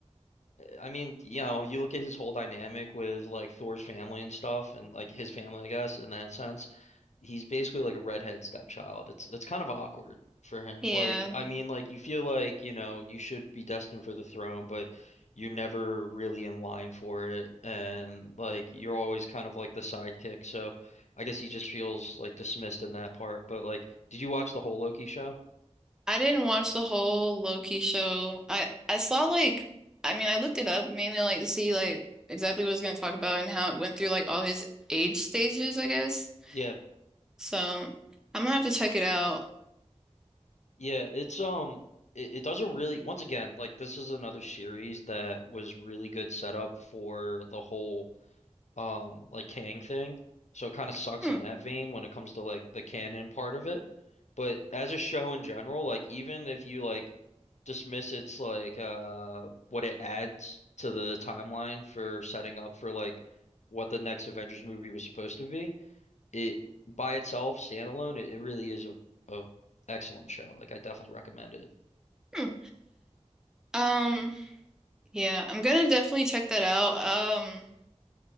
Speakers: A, on the left; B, in the centre.
A: I mean, you know, you look at his whole dynamic with like Thor's family and stuff, and like his family, I guess, in that sense, he's basically like a redhead stepchild. It's it's kind of awkward for him.
B: Yeah,
A: Like, I mean, like you feel like, you know, you should be destined for the throne, but you're never really in line for it, and like you're always kind of like the sidekick. So, I guess he just feels like dismissed in that part. But like, did you watch the whole Loki show?
B: I didn't watch the whole Loki show. I I saw like I mean I looked it up mainly like to see like exactly what it was going to talk about and how it went through like all his age stages, I guess.
A: Yeah.
B: So I'm gonna have to check it out.
A: Yeah, it's um it, it does a really once again, like this is another series that was really good setup for the whole um like Kang thing. So it kind of sucks
B: Hmm,
A: in that vein when it comes to like the canon part of it. But as a show in general, like even if you like dismiss its like uh what it adds to the timeline for setting up for like what the next Avengers movie was supposed to be it by itself, standalone, it, it really is a, a excellent show. Like I definitely recommend it.
B: hmm. Um, yeah, I'm gonna definitely check that out. Um,